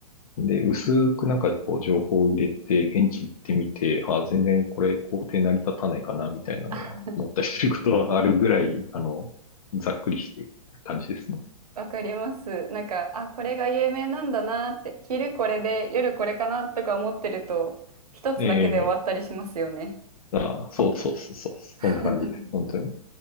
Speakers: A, on the left (about 70°); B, on the right (about 75°).
A: で、薄くなんかこう情報を入れて、現地行ってみて、ああ全然これ工程成り立たないかな、みたいなのは思ったりすることはあるぐらい、
B: <laughs>
A: あの、ざっくりしてる感じですね。
B: わかります。なんか、あ、これが有名なんだなって、昼これで夜これかなとか思ってると、一つだけで終わったりしますよね。
A: ええああそうそうそうそう、そんな感じです。
B: <laughs>
A: 本当に。